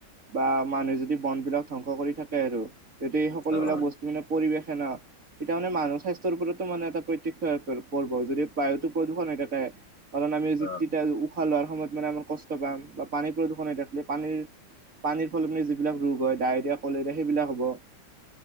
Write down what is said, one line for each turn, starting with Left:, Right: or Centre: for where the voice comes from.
Right: বা মানুহে যদি বন বিলাক ধ্বংস কৰি থাকে আৰু তেতিয়া এই সকলোবিলাক
Left: অ', অ',
Right: বস্তু মানে পৰিৱেশে না এতিয়া মানে মানুহৰ স্বাস্থ্যৰ ওপৰতো মানে এটা প্ৰতক্ষ পৰ্ব যদি বায়ুটো প্ৰদূষণ হৈ থাকে কাৰণ আমি য
Left: অ',
Right: তিয়া উশাহ লোৱাৰ সময়ত মানে আমাৰ কষ্ট পাম বা পানী প্ৰদূষণ হৈ থাকিলে পানীৰ পানীৰ ফলনি যিবিলাক ৰোগ হয় ডায়েৰিয়া কলেৰিয়া সেইবিলাক হ'ব